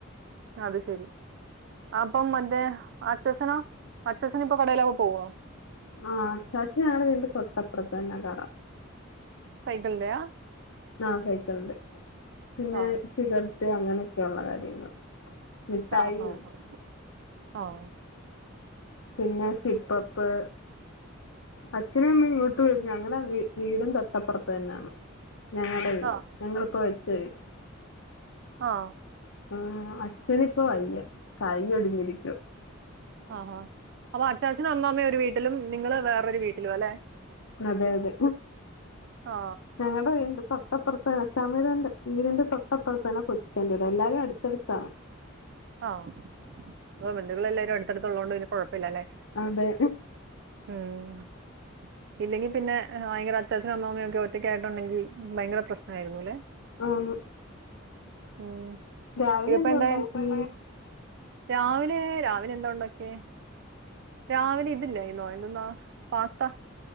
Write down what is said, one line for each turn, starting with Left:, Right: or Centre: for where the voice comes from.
Right: അത് ശെരി അപ്പം മറ്റേ അച്ഛനോ അച്ച്ഛന് ഇപ്പൊ കടയിലൊക്കെ പോവോ?
Left: ആഹ് അചാച്ചി ഞങ്ങളടെ വീട് തൊട്ടപ്പുറത്ത് തന്നെ കട
Right: സൈകിൾന്റെയാ
Left: ആ സൈക്കിളിന്റെ പിന്നെ
Right: ആ
Left: സിഗരറ്റ് അങ്ങനെയൊക്കെയള്ള കാര്യങ്ങൾ മിഠായിയുണ്ട്
Right: ആഹ ഹഹ ഹ ആഹ
Left: പിന്നെ സിപ്പപ്പ്. അച്ഛന അമ്മ ഇങ്ങോട്ട് വരും ഞങ്ങടെെ വീടും തൊട്ടപ്പുറത്ത് തന്നെയാണ്. ഞങ്ങളുടൊ വീട്
Right: ആ
Left: ഞങ്ങളിപ്പോ വെച്ച വീട്.
Right: ആഹ്
Left: ആ അച്ഛനി ഇപ്പ വയ്യ കൈ ഒടുങ്ങിരിക്കുവ.
Right: ആഹാ അപ്പൊ അച്ചാച്ചനും അമ്മ്മയും ഒരു വീട്ടിലും നിങ്ങള് വേറൊരു വീട്ടിലും അല്ലെ.
Left: അതെ അതെ
Right: ആ
Left: ഞങ്ങടെ വീടിന്റെ തൊട്ട് തൊട്ടപ്പറ്ത്തെ എ ചമയണ്ട് വീടിന്റെ തൊട്ടപ്പറത്തെന്നെ കൊച്ചെണ്ട ട എല്ലാരും അടുത്തടുത്ത
Right: ആഹാ ഹൊ അപ്പൊ ബന്ധുക്കൾ എല്ലാരും അടുത്തടുത്ത് ഉള്ളോണ്ട് ഇനി കൊഴപ്പ ഇല്ലാല്ലെ
Left: അതെ
Right: ഉം ഇല്ലെങ്കി പിന്നെ ഭയങ്കര അച്ചാച്ചനും അമ്മാമ്മയും ഒക്കെ ഒറ്റയ്ക്ക ആയിട്ടുണ്ടെങ്കിൽ ഭയങ്കര പ്രശ്ന ആയിരുന്നുല്ലെ
Left: ആന്ന്
Right: ഉം
Left: രാവിലെ
Right: ഇതിപ്പെ
Left: എന്തോ
Right: എന്തായി
Left: ഉണ്ടാക്കി
Right: രാവിലെ രാവിലെ എന്താ ഉണ്ടൊക്ക്യെ രാവിലെ ഇതില്ലെയ്ന്നോ എന്തൊന്നാ പാസ്ത